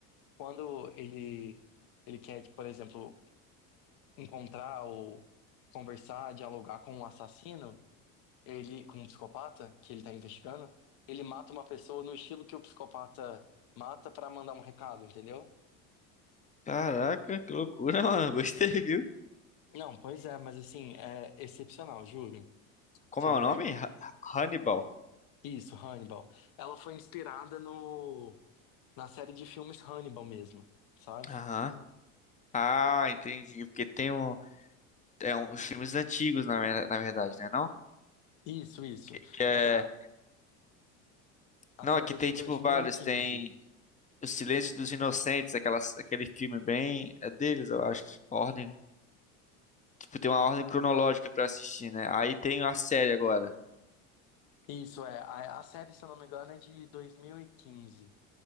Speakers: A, on the left (about 50°); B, on the left (about 20°).
A: quando ele ele quer, tipo, por exemplo, encontrar ou conversar, dialogar com um assassino, ele com um psicopata que ele está investigando, ele mata uma pessoa no estilo que o psicopata mata para mandar um recado, entendeu?
B: caraca, que loucura, <laughs> mano. Gostei, viu?
A: Não, pois é, mas assim, é excepcional, juro.
B: Como
A: Você
B: é
A: vai.
B: o nome? Ha- Hannibal.
A: Isso, Hannibal. Ela foi inspirada no... na série de filmes Hannibal mesmo, sabe?
B: Aham. Ah, entendi. Porque tem um, é um- os filmes antigos, na, ver- na verdade, né? Não?
A: Isso, isso.
B: Que é,
A: Mas a, a
B: não,
A: série
B: aqui
A: é
B: tem
A: de dois
B: tipo
A: mil
B: vários.
A: e quinze,
B: Tem O Silêncio dos Inocentes, aquelas, aquele filme bem. É deles, eu acho. Ordem. Tipo, tem uma ordem cronológica pra assistir, né? Aí tem a série agora.
A: Isso, é. A, a série, se eu não me engano, é de 2015.